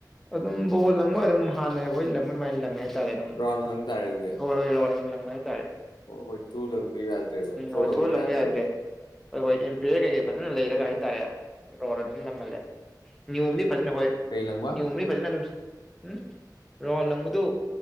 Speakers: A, in the centre; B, on the left.
A: ꯑꯗꯨꯝ ꯕꯣꯜ ꯂꯪꯕ ꯑꯗꯨꯝ ꯍꯥꯟꯅ ꯑꯩꯈꯣꯏ ꯂꯪꯕ ꯑꯗꯨꯃꯥꯏꯅ ꯂꯪꯉꯦ ꯍꯥꯏ ꯑꯗꯨꯝ
B: ꯔꯥꯎꯟ ꯂꯪ ꯇꯥꯔꯦ ꯑꯗꯨꯗꯤ
A: ꯍꯣꯏ ꯑꯗꯨꯃꯥꯏ ꯍꯥꯏ ꯇꯥꯔꯦ
B: ꯑꯣ ꯍꯣꯏ ꯆꯨꯗ ꯌꯥꯗꯦꯕ ꯊꯔꯣ
A: ꯍꯣꯏ
B: ꯂꯪꯕ
A: ꯊꯣꯛꯑ
B: ꯌꯥꯗꯔꯦꯕ
A: ꯌꯥꯗ꯭ꯔꯦ ꯍꯣꯏ ꯍꯣꯏ ꯝꯄꯤꯔꯤꯌꯔ ꯀꯩꯀꯩ ꯐꯖꯅ ꯂꯩꯔꯒ ꯍꯥꯏꯇꯥꯔꯦ ꯑꯗꯨꯝ ꯂꯪꯍꯜꯂꯦ ꯅꯤꯌꯣꯝꯗꯤ ꯐꯖꯅ ꯍꯣꯏ
B: ꯀꯩ ꯂꯪꯕ
A: ꯅꯤꯌꯣꯝꯕꯨꯗꯤ ꯐꯖꯅ ꯑꯗꯨꯝ ꯎꯝ ꯔꯥꯎꯟ ꯂꯪꯕꯗꯨ